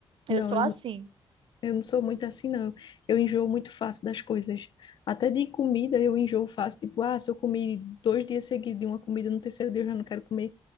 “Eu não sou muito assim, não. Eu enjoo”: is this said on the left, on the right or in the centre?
Left